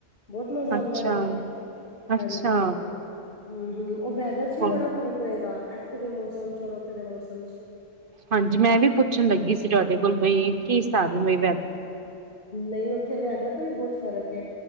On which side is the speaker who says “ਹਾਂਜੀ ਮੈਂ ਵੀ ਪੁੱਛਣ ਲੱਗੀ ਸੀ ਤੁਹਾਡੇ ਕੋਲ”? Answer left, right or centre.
Right